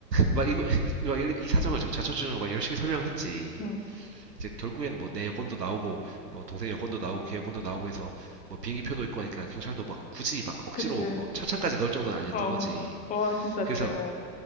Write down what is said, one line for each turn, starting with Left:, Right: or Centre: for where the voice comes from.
Right: 막 이거 <laughs> 막 이 사정을 지금 자초지종을 막 열심히 설명을 했지.
Left: 응,
Right: 이제 결국에는 뭐 내 여권도 나오고 뭐 동생 여권도 나오고 걔 여권도 나오고 해서 뭐 비행기 표도 있고 하니까 경찰도 막 굳이 막 억지로
Left: 그치,
Right: 뭐 철창까지 넣을 정도는 아니었던
Left: 어, 어.
Right: 거지.
Left: 와, 진짜 아찔해,
Right: 그래서
Left: 어,